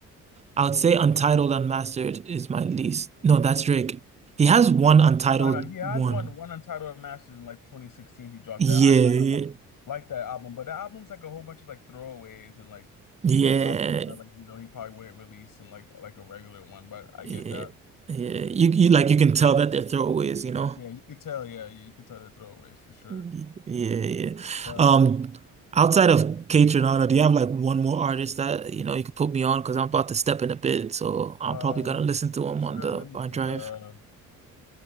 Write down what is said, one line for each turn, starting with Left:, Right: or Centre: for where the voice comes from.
Right: I would say Untitled Unmastered is my least. No, that's Drake. He has one Untitled
Left: No, no, he has
Right: one.
Left: one one Untitled Masters in like 2016. He dropped
Right: Yeah,
Left: that. I kind of like that album, but the album's like a whole bunch of like throwaways and like
Right: yeah,
Left: Not like you know he probably wouldn't release in like like a regular one, but I
Right: yeah,
Left: get that.
Right: yeah. You you like you can tell that they're throwaways, you know?
Left: Yeah, you could tell. Yeah, you could tell the throwaways for sure.
Right: Yeah, yeah.
Left: But
Right: Um,
Left: like,
Right: outside of Kate Renata, do you have like one more artist that you know you could put me on? Because I'm about to step in a bit, so I'm
Left: uh,
Right: probably gonna listen to
Left: for
Right: him
Left: sure.
Right: on the
Left: Let me
Right: on
Left: think.
Right: drive.
Left: Uh,